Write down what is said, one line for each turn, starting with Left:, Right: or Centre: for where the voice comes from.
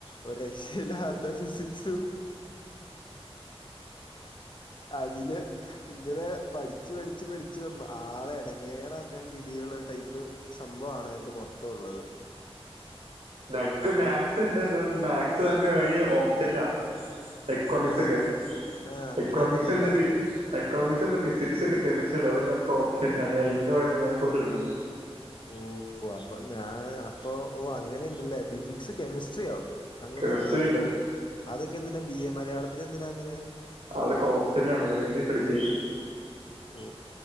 Left: ഒരു രക്ഷയിലാത്ത ഫിസി സും അതില് ഇങ്ങനെ പഠിച്ചു പഠിച്ചു പഠിച്ചു ആളെ ഇടങ്ങേറാക്കാൻഉള്ളരീതിയിലുള്ള ടൈപ്പ് സംഭവമാണ് ഇത് മൊത്തംള്ളത്
Right: ഞങ്ങക്ക് മാക്സ് ഉണ്ട് മാക്സ് വേണേ ഓപ്ഷൻല്ല എക്ണോമിക്സ്ഒക്കെ
Left: ആഹ് ആഹ് അങ്ങനെയൊക്കെ
Right: എക്ണോമിക്സ്
Left: ഇണ്ടല്ലേ
Right: ണ്ട് പി എക്ണോമിക്സ് ണ്ട് ഫിസിക്സ് ണ്ട് കെമിസ്ട്രി ണ്ട് അതൊക്കെ നമ്മക്ക് ഓപ്ഷൻ ലാ <unintelligible> വേറെ കോഴ്‌സഇടക്കണം.
Left: ഓ അപ്പൊ ഞാൻ അപ്പൊ ഓ അങ്ങനെ ഉണ്ടല്ലേ ഫിസിക്സ് കെമിസ്ട്രിയോ അങ്ങനെ
Right: കെമിസ്ട്രി
Left: അതൊക്കെ
Right: ഉണ്ട്
Left: അതൊക്കെ എന്തിനാ ബി എ മലയാളത്തി ൽ എന്തിനാ അങ്ങനെ
Right: അത്‌ ഒക്കെ ഓപ്ഷൻ ൽ ആണ് വേണെപടിച്ച മതി
Left: ഓ..